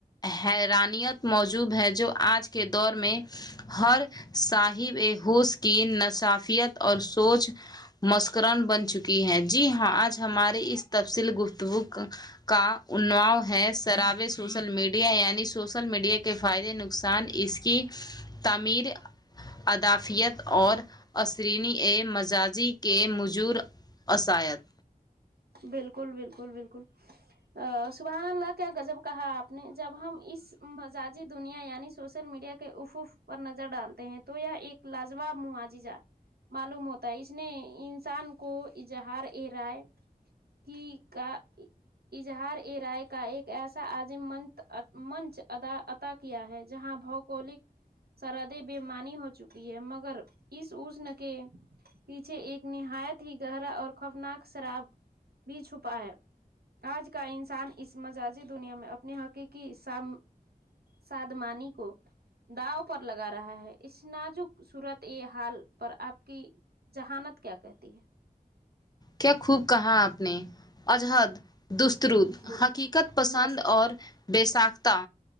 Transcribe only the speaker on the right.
بالکل بالکل بالکل ا سبحان اللہ کیا غضب کہا آپ نے جب ہم اس مزاجی دنیا یعنی سوشل میڈیا کے افوف پر نظر ڈالتے ہیں تو یہ ایک لجواب ما جی جا معلوم ہوتا ہے اس نے انسان کو اظہار ا رائے کی گا اظہار اے رائے کا ایک ایسا عظیم منت منچ دا کیا ہے جہاں بھابولک سرحدے بیماری ہو چکی ہے مگر اس کے پیچھے ایک نہایت ہی گہرا اور خوفناک شراب بھی چھپا ہے اج کا انسان اس مجازی دنیا میں اپنے حقیقی سام سدمانی کو داؤ پر لگا رہا ہے اس نازک صورت یہ حال پر اپ کی جہانت کیا کہتی ہے
درست
درست